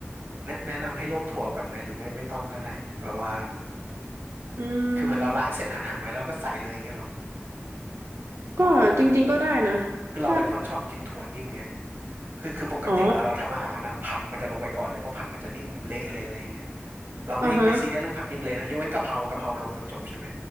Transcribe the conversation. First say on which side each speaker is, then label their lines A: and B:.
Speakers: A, on the right (about 50°); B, on the right (about 80°).
A: แนะแนะนำให้ลวกถั่วก่อนไหมหรือไม่ไม่ต้องก็ได้แบบว่า
B: อื
A: คือเหมือนเราล้างเสร็จหั่นหั่นไว้แล้วก็ใส่เลยอย่างเงี้ยเหรอ
B: มก็จริงๆก็ได้นะถ้า
A: ต้องลวกไหมคือเราเป็นคนชอบกินถั่วนิ่มไง คือคือปกติเวลาเราทำอาหารอะผักมันจะลงไปก่อนเลยเพราะผักมันจะนิ่มเละเลยอะไรอย่างเงี้ย
B: อ๋อ
A: เราไม่ไม่ซีเรียสเรื่องผักนิ่มเละนะยกเว้นกะเพรากะเพราลงตอนจบใช่ไหม
B: อ่าฮะ